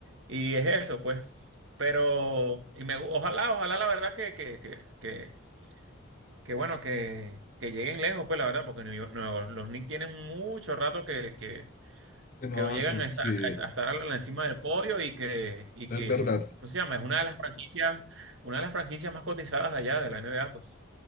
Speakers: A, on the right; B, on the left.
A: Y es eso, pues. Pero, y me, ojalá, ojalá la verdad que, que, que, que, que bueno, que, que lleguen lejos, pues la verdad, porque New York- Nueva- los Knicks tienen mucho rato que, que,
B: que no
A: que no
B: hacen,
A: llegan a,
B: sí,
A: esa- a esa- a estar a la- encima del podio y que, y
B: es
A: que,
B: verdad,
A: ¿cómo se llama? Es una de las franquicias, una de las franquicias más cotizadas de allá de la NBA, pues.